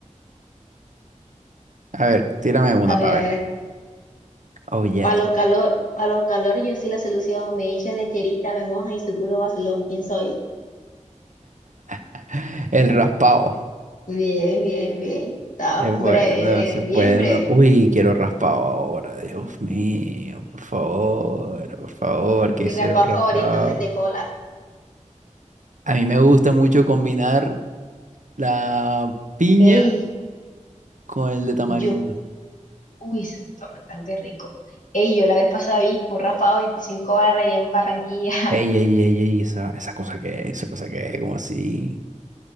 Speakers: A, on the right (about 70°); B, on the left (about 80°).
A: A ver, tírame una
B: A ver,
A: para
B: a
A: ver.
B: ver.
A: Oh, yes.
B: Para los calor, para los calor, yo soy la solución. Me echan lecherita, me mojan y su puro vacilón. ¿Quién soy?
A: <laughs> El raspado.
B: Bien, bien, bien. Está
A: Es bueno,
B: breve, breve,
A: eso es
B: bien
A: bueno.
B: breve.
A: Uy, quiero raspado ahora, Dios mío, por favor, por favor, que
B: Mi
A: hicieron
B: raspado
A: raspado.
B: favorito es el de cola.
A: A mí me gusta mucho combinar la piña
B: Ey,
A: con el de tamarindo.
B: yo. Uy, eso está bastante rico. Ey, yo la vez pasada vi que un raspado de 25 barras allá en Barranquilla. <laughs>
A: Ey, ey, ey, ey, esa, esa cosa que es, esa cosa que es, como así.